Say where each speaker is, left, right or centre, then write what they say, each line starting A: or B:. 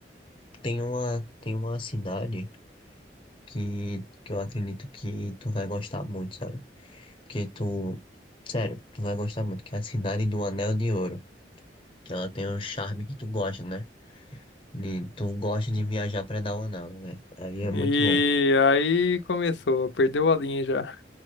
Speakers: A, on the left; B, on the left.
A: Tem uma, tem uma cidade que, que eu acredito que tu vai gostar muito, sabe? Porque tu. Sério, tu vai gostar muito, que é a Cidade do Anel de Ouro. Que ela tem um charme que tu gosta, né? De, tu gosta de viajar pra dar aula nela, né? Aí é muito
B: E
A: bom.
B: aí começou, perdeu a linha já.